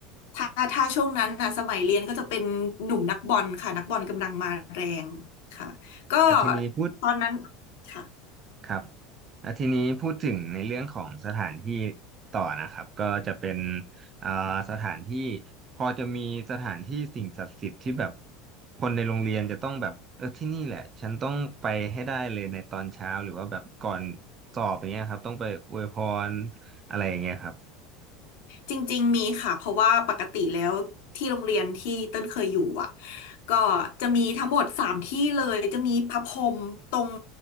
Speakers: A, on the left; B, on the right.
A: ถ้าถ้าช่วงนั้นนะสมัยเรียนก็จะเป็นหนุ่มนักบอลค่ะนักบอลกำลังมาแรงค่ะ ก็
B: อาทีนี้พูด
A: ตอนนั้นค่ะ
B: ครับอาทีนี้พูดถึงในเรื่องของสถานที่ต่อนะครับก็จะเป็นอ่าสถานที่พอจะมีสถานที่สิ่งศักดิ์สิทธิ์ที่แบบคนในโรงเรียนจะต้องแบบเออที่นี่แหละฉันต้องไปให้ได้เลยในตอนเช้าหรือว่าแบบก่อนสอบอย่างเงี้ยครับต้องไปอวยพรอะไรอย่างเงี้ยครับ
A: จริงๆมีค่ะเพราะว่าปกติแล้วที่โรงเรียนที่เต้นเคยอยู่อ่ะก็จะมีทั้งหมดสามที่เลยจะมีพระพรหมตรง